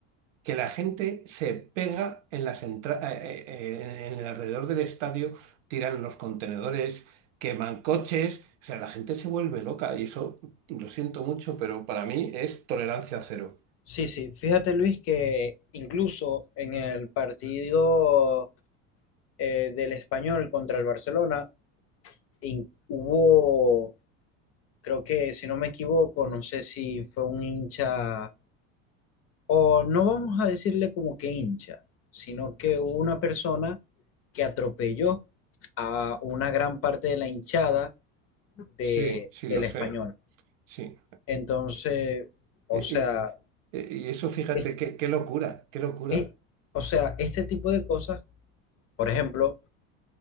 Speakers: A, on the right; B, on the left.
A: que la gente se pega en las entra- eh, eh, eh, en el alrededor del estadio, tiran los contenedores, queman coches? O sea, la gente se vuelve loca y eso lo siento mucho, pero para mí es tolerancia cero.
B: Sí, sí, fíjate Luis que incluso en el partido eh, del Español contra el Barcelona in- hubo, creo que si no me equivoco, no sé si fue un hincha o no vamos a decirle como que hincha, sino que hubo una persona que atropelló a una gran parte de la hinchada de,
A: Sí, sí,
B: del
A: lo sé,
B: Español.
A: sí.
B: Entonces, o
A: Y,
B: sea,
A: y- y eso, fíjate,
B: es-
A: qué, qué locura, qué locura.
B: es- o sea, este tipo de cosas, por ejemplo,